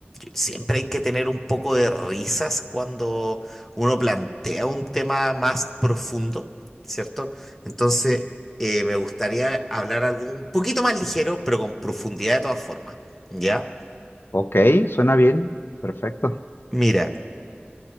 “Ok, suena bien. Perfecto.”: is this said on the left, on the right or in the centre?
Left